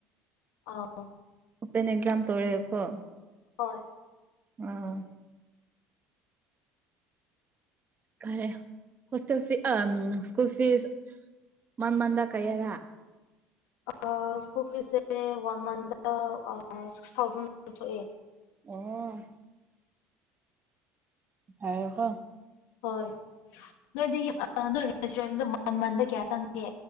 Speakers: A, on the left; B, on the right.
A: ꯑꯧ
B: ꯑꯣꯄꯦꯟ ꯑꯦꯛꯖꯥꯝ ꯇꯧꯋꯦꯀꯣ
A: ꯑꯣꯏ
B: ꯑꯥ ꯈꯔꯦ ꯍꯣꯁꯇꯦꯜ ꯐꯤ ꯑ ꯁ꯭ꯀꯨꯜ ꯐꯤꯁ ꯃꯟ ꯃꯟꯗ ꯀꯩꯔ
A: ꯑ ꯁ꯭ꯀꯨꯜ ꯐꯤꯁꯦ ꯋꯥꯟ ꯃꯟꯗꯥ ꯑ ꯁꯤꯛꯁ ꯊꯥꯎꯖꯟ ꯊꯣꯛꯑꯦ
B: ꯑꯣ ꯍꯥꯏꯎꯨꯀꯣ꯫
A: ꯍꯣꯏ ꯅꯣꯏꯗꯤ ꯑ ꯅꯣꯏ ꯔꯦꯁꯇꯨꯔꯦꯟꯗ ꯃꯟ ꯃꯟꯗ ꯀꯌꯥ ꯆꯪꯒꯦ